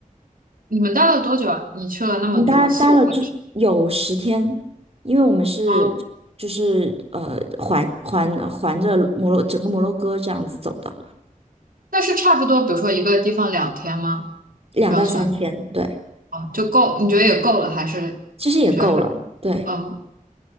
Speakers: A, on the right; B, on the right.
A: 你们待了多久啊？你去了那么多，
B: 我们待待了就有十天，
A: 四五个城市。
B: 因为我们是就是呃环环环着摩洛整个摩洛哥这样子走的，
A: 哦，那是差不多，比如说一个地方两天吗？
B: 两到三天，
A: 这样算，
B: 对，
A: 哦，就够？你觉得也够了，还是你觉得还？
B: 其实也够了，对，
A: 嗯，